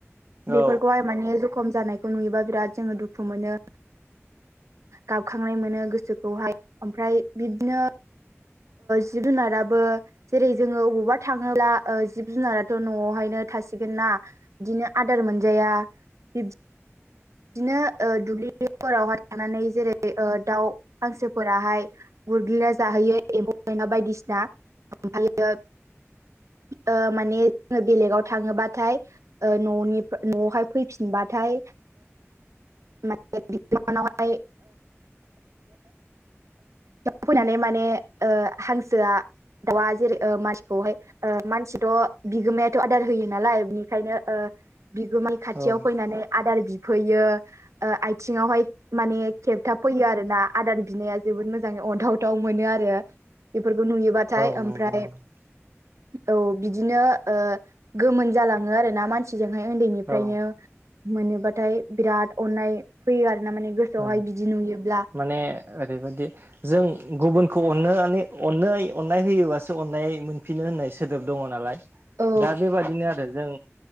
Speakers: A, on the right (about 80°); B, on the right (about 50°).
A: बेफोरखौहाय
B: औ
A: माने जखम जानायखौ नुयोबा बिराद जोङो दुखु मोनो। गाबखांनाय मोनो गोसोखौहाय ओमफ्राय बिदिनो जिब जुनाराबो जेरै जोङो अबावबा थाङोब्ला जिब जुनाराथ' न'आवहायनो थासिगोना बिदिनो आदार मोनजाया बिबदिनो ओ दुब्लिफोरावहाय थानानै जेरै ओ दाउ हांसोफोराहाय गुरग्लिना जाहोयो एम्फौ एनला बायदिसिना ओमफ्रायो ओ माने जोङो बेलेगाव थाङोबाथाय न'नि न'आवहाय फैफिनबाथाय मान उनावहाय फैनानै माने हांसोआ दाउआ जेरै मासखौहाय मानसिथ' बिगोमायाथ' आदार होयो नालाय बिनिखायनो बिगोमाया खाथियाव
B: औ
A: फैनानै आदार बिफैयो आथिङाहाय माने खेबथाब फैयो आरो ना आदार बिनाया जोबोद मोजाङै अनथावथाव मोनो आरो। बेफोरखौ नुयोबाथाय
B: औ
A: ओमफ्राय
B: नंगौ नंगौ
A: औ बिदिनो गोमोन जालाङो आरोना। मानसिजोंहाय उन्दैनिफ्रायनो
B: औ
A: मोनोबाथाय बिराद अन्नाय फैयो आरो ना माने गोसोआवहाय
B: औ
A: बिदि नुयोब्ला
B: माने ओरैबायदि जों गुबुनखौ अननो मे अननाय अननाय होयोबासो अननाय मोनफिनो होननाय सोदोब दङ नालाय।
A: औ
B: दा बेबादिनो आरो जों